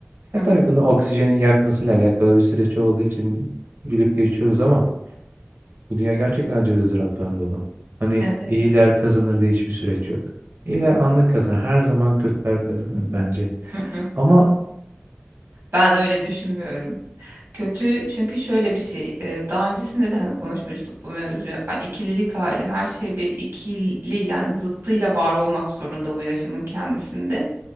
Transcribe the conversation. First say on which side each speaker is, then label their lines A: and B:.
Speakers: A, on the right (about 60°); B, on the right (about 80°).
A: Ya
B: Hı hı.
A: tabii bunu oksijenin yakmasıyla alakalı bir süreç olduğu için gülüp geçiyoruz ama Bu dünya gerçekten acı ve ızdıraptan dolu. Hani
B: Evet.
A: iyiler kazanır diye hiçbir süreç yok. İyiler anlık kazanır. Her zaman kötüler kazanır bence.
B: Hı hı.
A: Ama
B: Ben öyle düşünmüyorum. Kötü çünkü şöyle bir şey e, daha öncesinde de hani konuşmuştuk bu mevzuyu A- ikililik hali her şey bir ikili yani zıttıyla var olmak zorunda bu yaşamın kendisinde